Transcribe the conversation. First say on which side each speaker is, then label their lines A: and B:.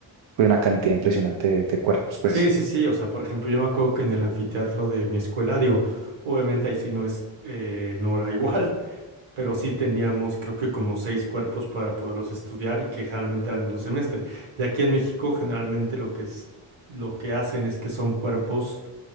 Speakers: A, on the right (about 70°); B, on the right (about 80°).
A: fue una cantidad impresionante de, de cuerpos, pues.
B: Sí, sí, sí. O sea, por ejemplo, yo me acuerdo que en el anfiteatro de mi escuela, digo, obviamente ahí sí no es, eh, no era igual, <laughs> pero sí teníamos creo que como seis cuerpos para poderlos estudiar y que generalmente eran de un semestre. Y aquí en México generalmente lo que es, lo que hacen es que son cuerpos